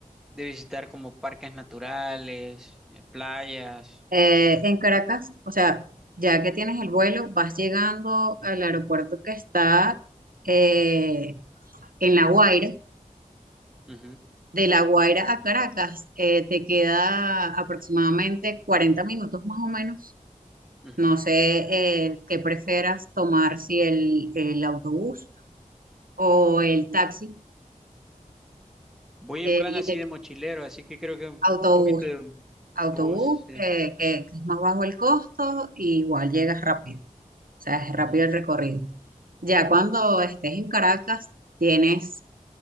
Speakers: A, in the centre; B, on the right (about 85°).
A: de visitar como parques naturales, eh, playas.
B: Eh, en Caracas, o sea, ya que tienes el vuelo, vas llegando al aeropuerto que está eh, en La Guaira.
A: Ujú,
B: De La Guaira a Caracas, eh, te queda aproximadamente 40 minutos más o menos.
A: ujú.
B: No sé eh, qué prefieras tomar, si el, el autobús o el taxi.
A: Voy
B: eh,
A: en plan
B: y
A: así
B: te-
A: de mochilero, así que creo que un
B: autobús,
A: poquito de
B: autobús,
A: bus, sí.
B: que que- que es más bajo el costo, y igual llegas rápido. O sea, es
A: Ujú,
B: rápido el recorrido. Ya cuando estés en Caracas, tienes